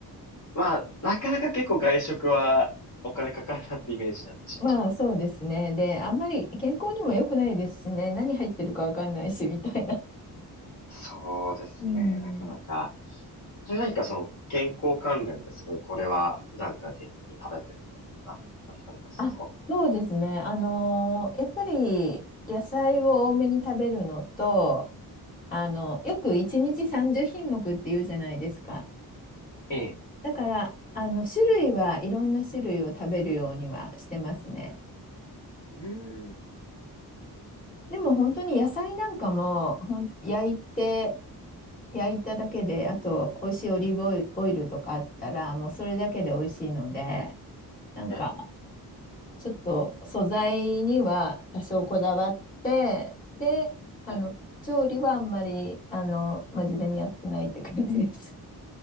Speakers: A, on the left; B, on the left.
A: まあ、なかなか結構外食はお金かかるなってイメージになってしまって。
B: まあそうですね。で、あんまり健康にも良くないですしね。何入ってるかわかんないしみたいな。
A: そうですね、
B: うん。
A: なかなか。それ何かその健康関連ですごい、これは普段から定期的に食べてるみたいなのあったりされますか
B: あ、そうですね。あのーやっぱり野菜を多めに食べるのと、あの、よく1日30品目っていうじゃないですか。
A: ええ、
B: だから、あの、種類はいろんな種類を食べるようにはしてますね。
A: うーん。
B: でも本当に野菜なんかも、ほん、焼いて、焼いただけで、あと、美味しいオリーブオイルオイルとかあったら、もうそれだけで美味しいので、なんか、
A: え
B: ちょっと素材には多少こだわって、で、あの、
A: え、
B: 調理はあんまり、あの、真面目にやってないって感じです。